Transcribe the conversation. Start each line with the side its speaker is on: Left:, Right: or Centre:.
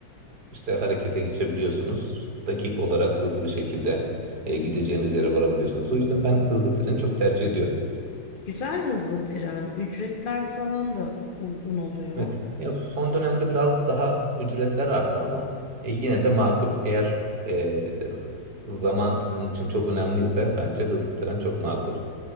Right: işte harekete geçebiliyorsunuz. Dakik olarak hızlı bir şekilde e, gideceğiniz yere varabiliyorsunuz. O yüzden ben hızlı treni çok tercih ediyorum.
Left: Güzel hızlı tren, ücretler falan da uygun oluyor.
Right: Evet. Ya son dönemde biraz daha ücretler arttı ama e, yine de makul. Eğer e, zaman sizin için çok önemliyse bence hızlı tren çok makul.